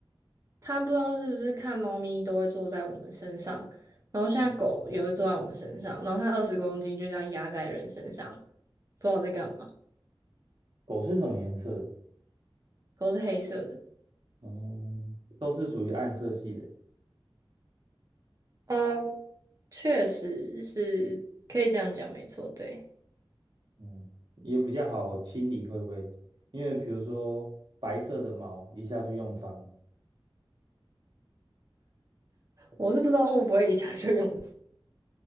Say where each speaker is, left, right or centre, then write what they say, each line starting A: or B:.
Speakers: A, on the right (about 35°); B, on the right (about 55°).
A: 它不知道是不是看猫咪都会坐在我们身上，然后现在狗也会坐在我们身上，然后它二十公斤就这样压在人身上，不知道在干嘛。
B: 狗是什么颜色的？
A: 狗是黑色的，
B: 嗯，都是属于暗色系的。
A: 呃，确实是可以这样讲，没错，对。
B: 嗯，也比较好清理，会不会？因为比如说白色的毛一下就用脏。
A: 我是不知道会不会一下就用 <laughs>。